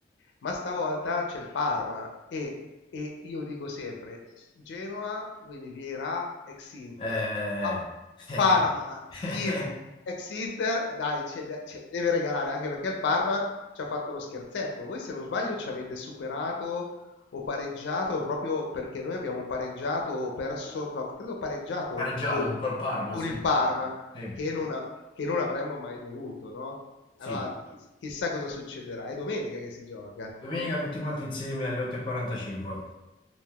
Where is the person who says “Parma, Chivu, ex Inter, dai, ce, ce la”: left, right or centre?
Left